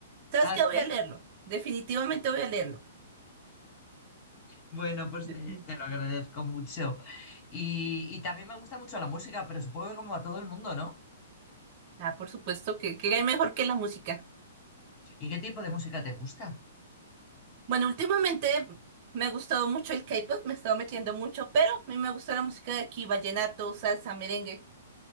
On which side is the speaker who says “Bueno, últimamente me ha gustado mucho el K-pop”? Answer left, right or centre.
Right